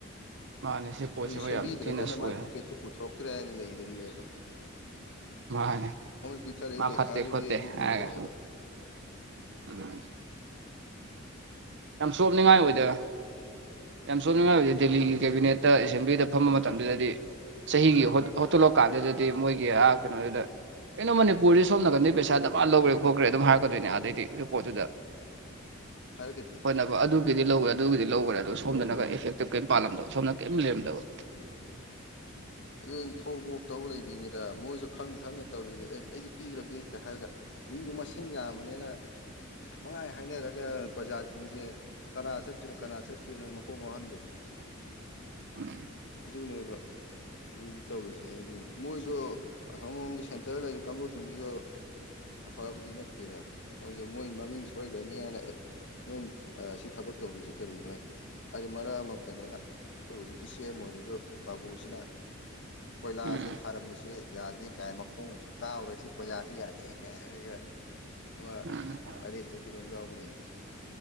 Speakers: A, on the right; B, on the left.
A: ꯃꯥꯅꯦ ꯁꯤ ꯄꯣꯠꯁꯤꯃ
B: ꯑꯗꯨ ꯁꯦꯝꯕꯤꯗ꯭ꯔꯒꯅ
A: ꯌꯥꯝ ꯊꯤꯅ ꯁꯣꯏꯔꯦ
B: ꯃꯥꯏ ꯄꯣꯀꯦꯠꯇ ꯄꯨꯊꯣꯛꯇ꯭ꯔꯦ ꯅ ꯂꯩꯗꯣꯔꯤꯑꯕ
A: ꯃꯥꯅꯦ꯫
B: ꯄꯤꯊꯔꯛꯢ
A: ꯃꯥ
B: ꯄꯩꯁꯥꯗꯨꯗꯤ
A: ꯐꯠꯇꯦ ꯈꯣꯠꯇꯦ
B: ꯗꯨꯝ
A: ꯍꯥꯏꯔꯒ
B: ꯎꯗꯔꯦꯕ
A: ꯎꯝ ꯌꯥꯝ ꯆꯣꯞꯅꯤꯡꯉꯥꯏ ꯑꯣꯏꯗ ꯌꯥꯝ ꯆꯣꯞꯅꯤꯡꯉꯥꯏ ꯑꯣꯏꯗꯦ ꯗꯦꯜꯂꯤꯒꯤ ꯀꯦꯕꯤꯅꯦꯠꯇ ꯑꯦꯁꯦꯝꯕ꯭ꯂꯤꯗ ꯐꯝꯕ ꯃꯇꯝꯗꯨꯗꯗꯤ ꯆꯍꯤꯒꯤ ꯍꯣꯠ ꯍꯣꯠꯇꯂꯛ ꯀꯥꯟꯗꯨꯗꯗꯤ ꯃꯣꯏꯒꯤ ꯑ ꯀꯩꯅꯣꯗꯨꯗ ꯀꯩꯅꯣ ꯃꯅꯤꯄꯨꯔꯗꯤ ꯁꯣꯝ ꯅꯥꯀꯟꯗꯩ ꯄꯩꯁꯥ ꯗꯃꯥꯟ ꯂꯧꯒ꯭ꯔꯦ ꯈꯣꯠꯈ꯭ꯔꯦ ꯑꯗꯨꯝ ꯍꯥꯏꯔꯛꯀꯗꯣꯏꯅꯦ ꯑꯗꯩꯗꯤ ꯔꯤꯄꯣꯠꯇꯨꯗ
B: ꯍꯥꯢꯔꯛꯀꯗꯤ
A: ꯅꯕ ꯑꯗꯨꯒꯤꯗꯤ ꯂꯧꯒ ꯑꯗꯨꯒꯤꯗꯤ ꯂꯧꯒꯔꯦ ꯑꯗꯨ ꯁꯣꯝꯗꯅ ꯒ ꯏꯐꯦꯛꯇꯤꯞ ꯀꯩꯝ ꯄꯥꯜꯂꯝꯗꯕ ꯁꯣꯝꯅ ꯀꯩꯝ ꯂꯩꯔꯝꯗꯕ꯫
B: <inaudible> ꯊꯣꯛ ꯃꯣꯛ ꯇꯧ ꯂꯩꯕꯤꯅꯤꯗ ꯃꯣꯏꯁꯨ ꯈꯪ ꯈꯪꯅ ꯇꯧꯔꯤꯅꯤ ꯑꯦ ꯑꯩꯗꯤ ꯄꯤꯒ꯭ꯔꯝꯅꯦ ꯍꯦꯛꯇ ꯍꯥꯏꯔꯒ ꯃꯤꯗꯨ ꯃꯁꯤꯡ ꯌꯥꯝꯕꯅꯦꯅ ꯄꯪꯉꯥꯏ ꯍꯥꯏꯅꯔꯒ ꯄ꯭ꯔꯖꯥꯁꯤꯡꯁꯦ ꯀꯅꯥ ꯆꯠꯇꯨꯢꯅꯣ ꯀꯅꯥ ꯆꯠꯇꯨꯢꯅꯣ ꯃꯀꯣꯛ ꯉꯥꯎꯍꯟꯕꯗꯣ <unintelligible>
A: ꯎꯝ꯫
B: ꯑꯗꯨꯅꯦꯕ꯫ ꯖꯤꯛ ꯇꯧꯔꯤꯖꯦ ꯍꯥꯏꯗꯤ ꯃꯣꯏꯁꯨ ꯑꯁꯣꯝꯗ ꯁꯦꯟꯇꯔꯗ ꯂꯩꯔꯤꯕ ꯀꯥꯡꯕꯨꯁꯤꯡꯖꯤꯁꯨ ꯑꯐꯕꯗꯤ ꯅꯠꯇꯦꯗ ꯃꯣꯏꯗꯣ ꯃꯣꯏ ꯃꯃꯤꯡ ꯁꯣꯏꯈ꯭ꯔꯅꯤ ꯍꯥꯏꯅ ꯑꯦ ꯅꯣꯏꯅ ꯁꯤ ꯊꯕꯛ ꯇꯧꯔꯤꯁꯤ ꯀꯔꯤꯅꯣꯏ ꯍꯥꯏꯗꯤ ꯃꯔꯛ ꯑꯃ ꯀꯩꯅꯣꯅ ꯑꯩꯈꯣꯏ ꯍꯧꯖꯤꯛꯀꯤ ꯁꯦꯝ ꯑꯣꯏꯔꯤꯕ ꯕꯥꯕꯨꯁꯤꯅ ꯀꯣꯏꯂꯥꯁꯦ
A: ꯎꯝ
B: ꯊꯥꯔꯝꯃꯤꯁꯦ ꯌꯥꯗꯦ ꯀꯥꯏ ꯃꯈꯣꯡꯅꯁꯨ ꯀꯥꯔꯔꯦ ꯁꯤ ꯀꯣꯏꯂꯥꯁꯁꯤ ꯌꯥꯗꯦ ꯀꯥꯏꯒ ꯑꯃ
A: ꯎꯝ
B: ꯄꯔꯦꯟ ꯆꯠꯈꯤꯕ ꯑꯃ ꯌꯥꯎꯕꯅꯤꯅ